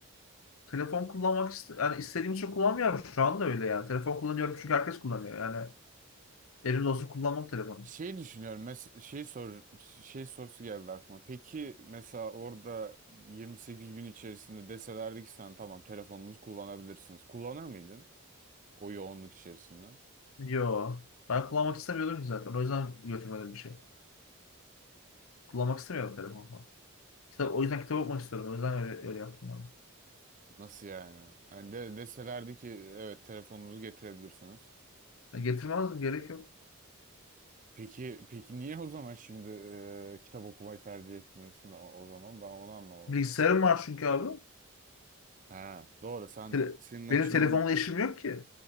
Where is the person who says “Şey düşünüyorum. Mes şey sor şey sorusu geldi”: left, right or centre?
Right